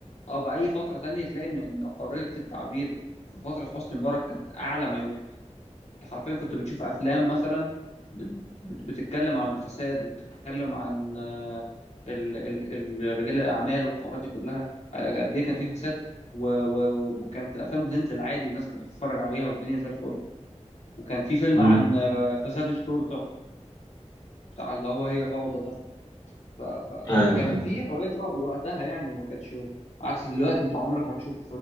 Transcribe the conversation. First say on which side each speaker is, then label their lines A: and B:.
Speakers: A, on the left (about 65°); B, on the left (about 35°).
A: اه باي فتره تانية تلاقي ان إن حريه التعبير في فتره حسني مبارك كانت اعلى ما يمكن أنت حرفيا كنت بتشوف افلام مثلا بت- بت- بتتكلم عن الفساد وبتتكلم عن آه، ال- ال- ال- رجال الاعمال والحوارات دي كلها آه، قد ايه كان في فساد و- و- وكانت الافلام بتنزل عادي والناس كانت بتتفرج عليها والدنيا زي الفل وكان في فيلم
B: مم.
A: عن فساد الشرطة بتاع اللي هو هي فوضى ده ف... ف...
B: أيوه
A: فكان
B: أيوه
A: في حرية رأي وقتها يعني وما كانتش عكس دلوقتي انت عمرك ما تشوف